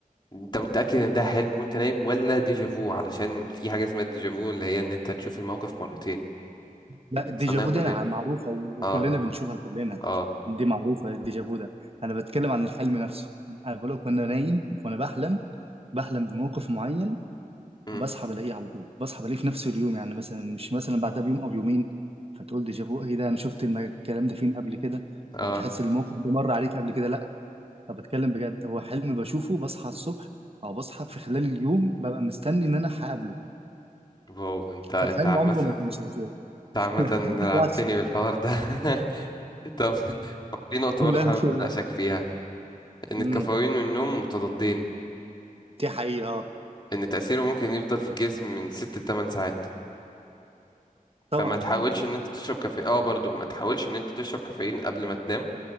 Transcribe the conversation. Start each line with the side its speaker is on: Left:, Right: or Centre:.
Left: انت متأكد ان ده حلم وانت نايم ولا ديجافو علشان في حاجة اسمها الديجافو اللي هي ان انت تشوف الموقف مرتين
Right: لا
Left: دي بتحصل
Right: الديجافو
Left: لنا كلنا
Right: دي انا معروفة و- وكلنا
Left: اه
Right: بنشوفها كلنا
Left: اه
Right: دي معروفة الديجافو ده انا بتكلم عن الحلم نفسه انا بقول لك وانا نايم وانا بحلم بحلم بموقف معين
Left: مم.
Right: بصحى بلاقيه على طول بصحى بلاقيه في نفس اليوم يعني مثلا مش مثلا بعدها بيوم او يومين فتقول ديجافو ايه ده انا شفت الم- الكلام ده فين قبل كده
Left: اه
Right: او تحس الموقف ده مر عليك قبل كده طب بتكلم بجد هو حلم بشوفه بصحى الصبح او بصحى في خلال اليوم ببقى مستني ان انا هقابله
Left: واو انت انت
Right: فالحلم
Left: عامة
Right: عمره
Left: <laughs>
Right: ما كان شغال
Left: انت عامة
Right: <laughs>
Left: لعبتني
Right: وعس-
Left: بالحوار ده <laughs> طب في نقطة
Right: لا
Left: برضه حابب
Right: لا
Left: اناقشك فيها ان
Right: امم
Left: الكافيين والنوم متضادين
Right: دي حقيقة اه
Left: ان تأثيره ممكن يفضل في الجسم من 6 ل 8 ساعات
Right: طبعا
Left: فما تحاولش
Right: ال
Left: ان انت تشرب كافيين اه برضه ما تحاولش ان انت تشرب كافيين قبل ما تنام